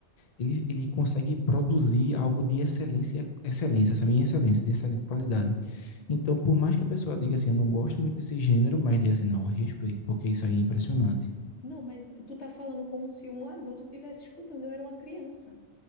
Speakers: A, on the left (about 40°); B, on the left (about 80°).
A: ele, ele consegue produzir algo de excelência, excelência, essa minha excelência, de excelente qualidade. Então, por mais que a pessoa diga assim, eu não gosto muito desse gênero, mas diga assim, não, eu respeito, porque isso aí é impressionante.
B: Não, mas tu tá falando como se um adulto estivesse escutando. Eu era uma criança.